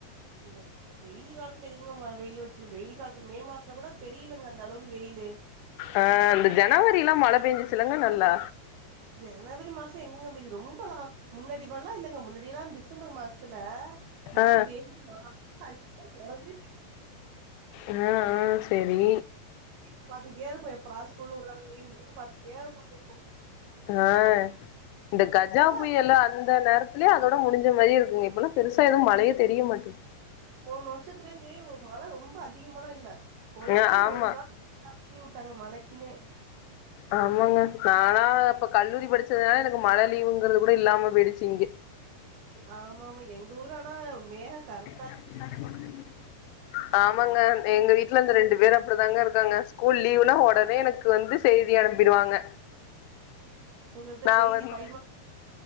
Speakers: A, on the right (about 70°); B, on the left (about 85°).
A: <unintelligible> வெயில் காலத்துல எங்கெங்க ம வெயில் அடிச்சுது வெயில் காலத்துல மே மாசல கூட தெரியலங்க அந்த அளவுக்கு வெயிலு
B: ஆ இந்த ஜனவரி எல்லா மழ பேஞ்சுச்சில்லங்க நல்லா
A: ஜனவரி மாச எங்கெங்க ரொம்பலா முன்னடி மாரி இல்லங்க முன்னாடி எல்லா டிசம்பர் மாச த்துல மழ
B: ஆ
A: <inaudible>
B: ஆ ஆ செரி
A: டி வி லபாத்துட்டே இருப்ப எப்படா ஸ்கூல் விட்வாங்க லீவு பாத்துட்டே இருப்போ
B: ஆ இந்த கஜா
A: இப்பல்லா
B: புயலு
A: அது
B: அந் ந்த நேரத்துலயே அதோட முடிஞ்ச மாரியே இருக்குங்க இப்பல்லா பெருசா எதுவு மழையே தெரிய மாட்டேது
A: போன வருஷத்துல இருந்தே மழ ரொம்ப அதிகமால்லா இல்ல போன வருஷத்துலயே
B: ஆ ஆமா
A: ஒரு நாள் <inaudible> விட்டாங்க மழைக்கின்னே
B: ஆ ஆமாங்க நானா இப்ப கல்லூரி படிச்சதுனால எனக்கு மழ லீவுங்கறது கூட இல்லாம போயிடுச்சு இங்க
A: ஆமா ஆமா எங்க ஊர்ல ஆனா மேக கரு
B: எல்ல <unintelligible> ஆமாங்க எங்க வீட்ல இந்த ரெண்டு பேர் அப்பிடிதாங்க இருக்காங்க ஸ்கூல் லீவுனா ஒடனே எனக்கு வந்து செய்தி அனுப்பிருவாங்க
A: உங்கள்ட்ட
B: நா
A: செய்தி
B: வந்து
A: பரிமாறுன